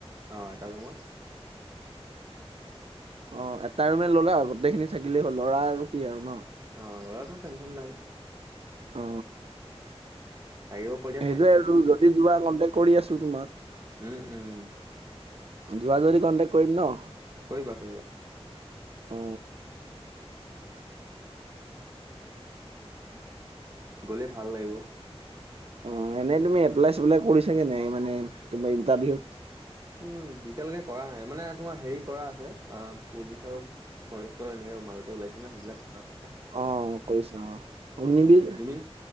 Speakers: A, on the right; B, on the right.
A: অ' এটা ৰুমত
B: অ' এটা ৰুমে ল'লা, গোটেইখিনি থাকিলেই হ'ল। ল'ৰা আৰু, কি আৰু ন'?
A: অ' ল'ৰাতো টেনশ্যন নাই।
B: অ
A: আহিব পৰি
B: সেইটোৱে
A: থাক
B: আৰু। যদি যোৱা, কন্টেক কৰি আছোঁ তোমাক।
A: উম, উম,
B: যোৱা যদি কণ্টেক্ট কৰিম ন'?
A: কৰিবা - কৰিবা।
B: অ
A: গ'লে ভাল লাগিব।
B: অ' এনে তুমি এপ্লাই-চেপ্লাই কৰিছাগে নাই, মানে তুমি ইণ্টাৰভিউত?
A: উম, এতিয়ালৈকে কৰা নাই। মানে তোমাৰ হেৰি কৰা আছে, অ' পুলিচৰ ফৰেষ্টৰ এনেক মাজতে ওলাইছিল ন', সেইবিলাক <unintelligible>
B: অ কৰিছা অ অগ্নিবিৰ
A: তুমি?